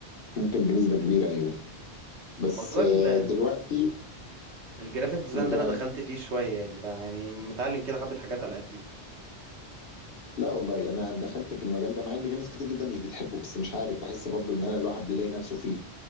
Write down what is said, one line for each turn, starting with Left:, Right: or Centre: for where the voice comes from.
Left: ممكن بنسبه كبيره ايوه بس
Right: موضوع
Left: آه،
Right: ال
Left: دلوقتي
Right: الجرافيك ديزاين
Left: موضوع
Right: ده انا دخلت
Left: ايه
Right: فيه شويه يعني بقى يعني متعلم كده حبه حاجات على قدي
Left: لا والله انا دخلت في المجال ده مع ان في ناس كتير جدا مش بتحبه بس مش عارف بحس برضو ان انا الواحد بيلاقي نفسه فيه